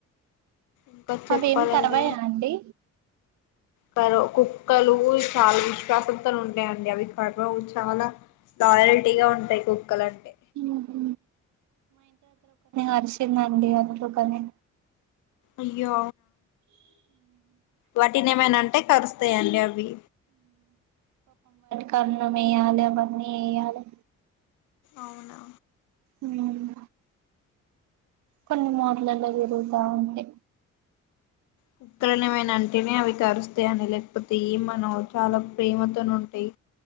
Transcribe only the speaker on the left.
ఇంకా చెప్పాలండి
కరో కుక్కలు చాలా విశ్వాసంతో ఉన్ <unintelligible> అవి <unintelligible> చాలా లోయలిటీగా ఉంటాయ్ కుక్కలు అంటే
అయ్యో వాటిని ఏమైనా అంటే కరుస్తాయండి అవి
అవునా
కుక్కలని ఏమైనా అంటేనే అవి కరుస్తాయని లేకపోతే ఏ మనవ్ చాలా ప్రేమతోనుంటాయ్